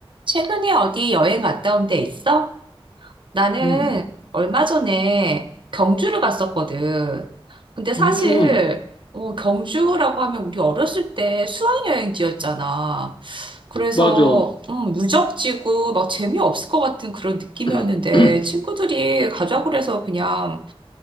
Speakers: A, on the right; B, on the left.
A: 최근에 어디 여행 갔다 온 데 있어? 나는
B: 음,
A: 얼마 전에 경주를 갔었거든. 근데 사실
B: 음,
A: 어, 경주라고 하면 우리 어렸을 때 수학여행지였잖아. 그래서
B: 맞아.
A: 음, 유적지고 막 재미없을 것 같은 그런 느낌이었는데
B: <clears throat>
A: 친구들이 가자고 그래서 그냥